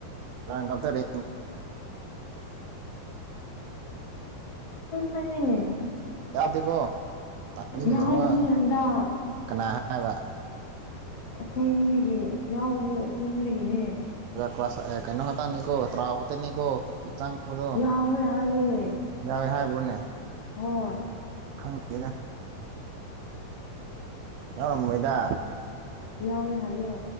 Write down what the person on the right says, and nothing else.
ꯀꯗꯔ
ꯌꯥꯎꯗꯦꯀꯣ ꯇꯥꯅꯤꯡꯉꯕ
ꯀꯅꯥ ꯍꯥꯏꯕ
ꯀ ꯀꯩꯅꯣꯍ ꯇꯪꯅꯤꯀꯣ ꯇ꯭ꯔꯥꯎ ꯀꯅꯤꯀꯣ ꯃꯗꯣ
ꯌꯥꯋꯦ ꯍꯥꯏꯕ꯭ꯔꯣꯅꯦ
ꯈꯪꯗꯦꯅꯦ ꯌꯥꯎꯔꯃꯩꯗ